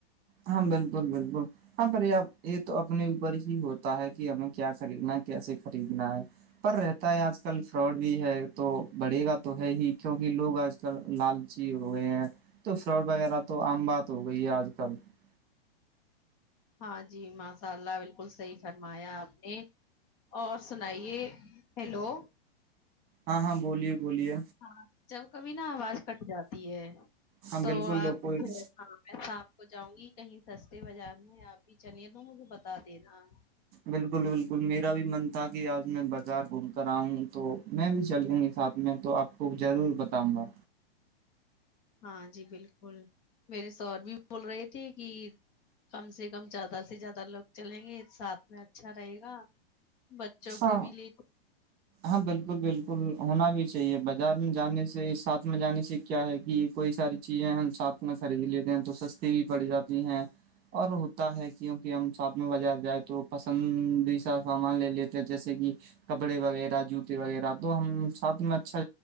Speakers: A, on the right; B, on the left.
A: ہاں بالکل بالکل ہاں پر ب یہ تو اپنے اوپر ہی ہوتا ہے کہ ہمیں کیا خریدنا ہے کیسے خریدنا ہے پر رہتا ہے آج کل فراڈ بھی ہے تو بڑھے گا تو ہے ہی کیوںکہ لوگ آج کل لالچی ہو گئے ہیں تو فراڈ وغیرہ تو آم بات ہو گئی ہے آج کل <unintelligible>
B: ہاں جی ماشاء اللہ بالکل صحیح فرمایا آپ نے اور سنائیے ہیلو
A: ہاں ہاں بولیے بولیے
B: ہاں جب کبھی نا آواز کٹ جاتی ہے
A: ہاں
B: تو
A: بالکل
B: آپ
A: لوگ کوئی
B: ہاں میں کو جاؤں گی کہیں سستے بازار میں آپ ہی چلے تو مجھے بتا دےینا
A: بالکل بالکل میرا بھی من تھا کہ آج میں بازار گھوم کر آؤں تو میں بھی چلوں گی ساتھ میں تو آپ کو ضرور بتاؤں گا
B: ہاں جی بالکل میرے سور بھی بول رہے تھے کہ کم سے کم زیادہ سے زیادہ لوگ چلیں گے ساتھ میں اچھا رہے گا بچوں کو
A: ہاں
B: بھی لے
A: ہاں بالکل بالکل ہونا بھی چاہیے بازار میں جانے سے ساتھ میں جانے سے کیا ہے کہ کوئی ساری چیزیں ہم ساتھ میں خرید لیتے ہیں تو سستی بھی پڑ جاتی ہے اور ہوتا ہے کیوںکہ ہم ساتھ میں بازار جائے تو پسندی سا سامان لے لیتے <unintelligible> جیسے کہ کپڑے وغیرہ جوتے وغیرہ تو ہم ساتھ میں اچھا